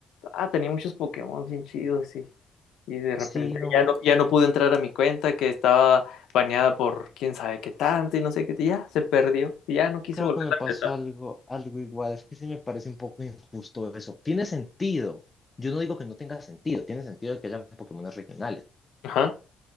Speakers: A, on the left (about 80°); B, on the left (about 20°).
A: Ah, tenía muchos Pokémon bien chidos, sí. Y de repente
B: Sí, no,
A: ya no, ya no pude entrar a mi cuenta, que estaba baneada por quién sabe qué tanto y no sé qué, y ya se perdió, y ya no quise
B: creo
A: volver
B: que me
A: a
B: pasó algo, algo igual. Es que sí me parece un poco injusto eso. Tiene sentido. Yo no digo que no tenga sentido, tiene sentido que haya Pokémon regionales.
A: empezar.